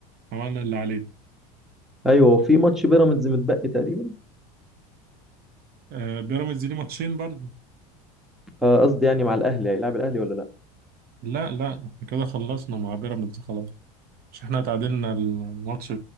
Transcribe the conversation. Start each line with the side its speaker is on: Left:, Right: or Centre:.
Right: عملنا اللي علينا
Centre: ايوه وفي ماتش بيراميدز متبقي تقريبا
Right: آه بيراميدز ليه ماتشين برضه
Centre: آه، قصدي يعني مع الاهلي هيلعب الاهلي ولا لا
Right: لا لا احنا كده خلصنا مع بيراميدز خلاص مش احنا تعادلنا الماتش